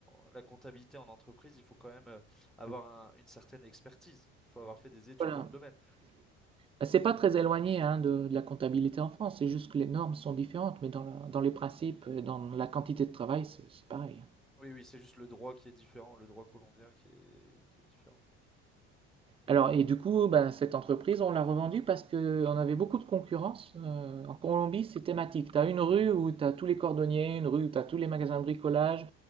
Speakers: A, in the centre; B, on the right.
A: en- la comptabilité en entreprise, il faut quand même euh, avoir un- une certaine expertise. Il faut avoir fait des études
B: Voilà.
A: dans le domaine.
B: Ben, C'est pas très éloigné hein, de, de la comptabilité en France, c'est juste que les normes sont différentes, mais dans, la- dans les principes, et dans la quantité de travail, c'est c'est pareil.
A: Oui, oui, c'est juste le droit qui est différent, le droit colombien qui est, qui est différent.
B: Alors, et du coup, ben, cette entreprise, on l'a revendue parce qu'on avait beaucoup de concurrence. Euh, en Colombie, c'est thématique. Tu as une rue où tu as tous les cordonniers, une rue où tu as tous les magasins de bricolage,